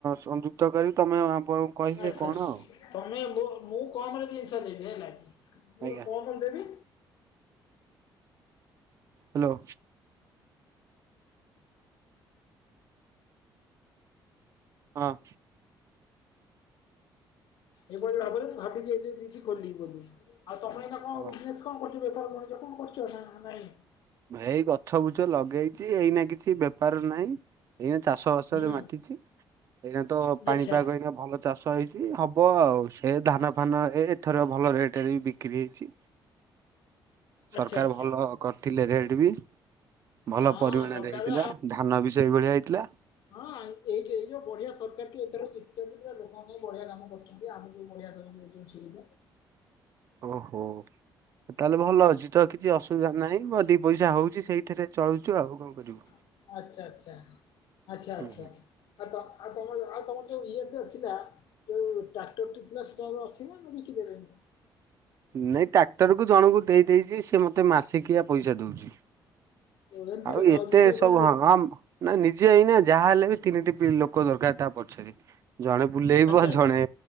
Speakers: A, on the right; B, on the left.
A: ସଂଯୁକ୍ତ କରିବି ତମେ ଆପଣଙ୍କୁ କହିବେ
B: ଆଚ୍ଛା
A: କଣ ଆଉ
B: ତମେ ମୁଁ ମୁଁ କମ୍ ରେ ଜିନିଷ ଦେବି ହେଲା କି
A: ଆଜ୍ଞା।
B: କଣ କଣ ଦେବି?
A: ହ୍ୟାଲୋ। ହଁ।
B: ଏଇଭଳି ଭାବରେ ଭାବିକି ଆଇଚି ଯିବି ଖୋଲିବି ବୋଲି। ଆଉ ତମର ଏନା କଣ
A: ହଁ।
B: ବିଯିନେଶ କଣ କରୁ ବେପାର ବଣିଜ କଣ କରିଚ ନା ନାଇଁ?
A: ଏଇ ଗଛ ବୁଛ ଲଗେଇଛି ଏଇନା କିଛି ବେପାର ନାହିଁ। ଏଇନା ଚାଷ ବାସରେ
B: ହୁଁ
A: ମାତିିଛି ଏଇନା ତ ପାଣିପାଗ
B: ଆଚ୍ଛା
A: ଏଇନା ଭଲ ଚାଷ ହେଇଛି ହବ ଆଉ ସେ ଧାନ ଫାନ ଏ ଏଥର ଭଲ ରେଟରେ ବି ବିକ କ୍ରୀ ହେଇଛି। ସରକାର
B: ଆଚ୍ଛା ଆଚ୍ଛା
A: ଭଲ କରିଥିଲେ ରେଟ ବି। ଭଲ
B: ହଁ
A: ପରିମାଣରେ
B: ସକାଳେ
A: ହେଇଥିଲା ଧାନ ବି ସେଇଭଳିଆ ହେଇଥିଲା।
B: ହାଁ ଏଇଠି ଏଇ ଯୋଉ ବଢିଆ ସରକାର ଏଥର ଜିତିଛନ୍ତି ଲୋକଙ୍କ ପାଇଁ ବଢିଆ କାମ କରୁଛନ୍ତି। ଶେନ୍ତି ଆମକୁ ବି ବଢିଆ ସବୁ ଦେଉଛନ୍ତି ସୁବିଧା।
A: ଓହୋ ତାହେଲେ ଭଲ ଅଛି ତ କିଛି ଅସୁବିଧା ନାହିଁ। <unintelligible> ପଇସା ହେଉଛି ସେଇଥିରେ ଚଳୁଛୁ ଆଉ କଣ କରିବୁ।
B: ଆଛା ଆଚ୍ଛା ଆଛା ଆଚ୍ଛା।
A: ହୁଁ ହୁଁ।
B: ଆଉ ତମ ଆଉ ତମର ଯୋଉ ଇଏଥେ ଆସିଲା ଯୋଉ ଟ୍ରାକ୍ଟର ଟି ଥିଲା ଛୁଆବେଳୁ ଅଛି ନା ବିକି ଦେଲେଣି?
A: ନାଇଁ ଟ୍ରାକ୍ଟର କୁ ଜଣଙ୍କୁ ଦେଇ ଦେଇଛି ସେ ମତେ ମାସିକିଆ ପଇସା ଦଉଛି।
B: ଓ ଏମିତି
A: ଆଉ
B: କଥା
A: ଏତେ
B: ନିଜ ଉପରେ
A: ସବୁ
B: ବେଶୀ
A: ହଁ ହମ ନା ନିଜେ ଏଇନା ଯାହା ହେଲେ ବି ତିନିଟିପି ଲୋକ ଦରକାର ତା ପଛରେ। ଜଣେ ବୁଲେଇବ
B: ଆଚ୍ଛା ଆଚ୍ଛା।
A: ଜଣେ